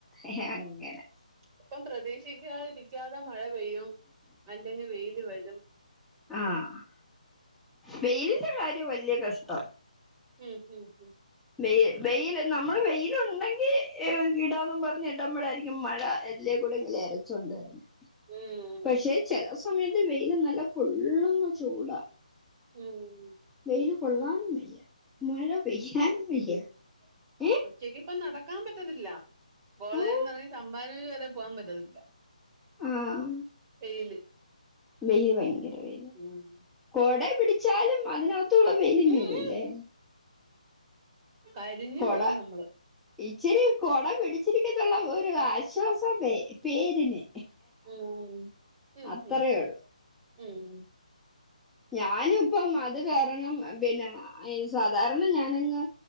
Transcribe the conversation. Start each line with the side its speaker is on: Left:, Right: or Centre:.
Centre: ഏഹ് അങ്ങനെ
Right: ഇപ്പം പ്രതീക്ഷക്കാതിരിക്കാതെ മഴ പെയ്യും അല്ലെങ്കിൽ വെയില് വരും
Centre: ആഹ് വെയിലിന്റെ കാര്യം വല്ല്യ കഷ്ട
Right: ഉം ഉം ഉം
Centre: വെയിൽ വെയിൽ നമ്മള് വെയിൽ ഉണ്ടെങ്കി ഇടാന്നും പറഞ്ഞ് ഇട്പോഴായിരിക്കും മഴ എതിലേ കൂടെങ്കിലും എരച്ചൊണ്ട് വരും
Right: ഉം
Centre: പക്ഷെ ചെല സമയത്ത് വെയില് നല്ല പൊള്ളുന്ന ചൂടാ
Right: ഉം
Centre: വെയില് കൊള്ളാനും വയ്യ മഴ പെയ്യാനും വയ്യ ഏ
Right: ച്ചക്ക് ഇപ്പ നടക്കാൻ പറ്റത്തില്ല കോളേജ്ന്ന്
Centre: ആ
Right: ഇറങ്ങി തമ്പാനൂര് വരെ പോകാൻ പറ്റത്തില്ല
Centre: ആഹ്
Right: ഈല്
Centre: മേയ്യ് ഭയങ്കര വേദന
Right: ഉം
Centre: കോട പിടിച്ചാലും അതിനകത്തൂടെ വെൽ ഇങ്ങ്
Right: ഉം
Centre: വരുല്ലേ
Right: ഉം കരിഞ്ഞു
Centre: കൊട
Right: പോകും നമ്മള്
Centre: ഇച്ചിരി കൊട പിടിച്ചിരിക്കത്തുള്ള ഒരു ആശ്വാസം പേ പേരിന്
Right: ഉം ഉം
Centre: അത്രയേ
Right: ഉം
Centre: ഒള്ളു
Right: ഉം
Centre: ഞാന് ഇപ്പം അത് കാരണം പിന്നെ സാധാരണ ഞാനങ്ങ്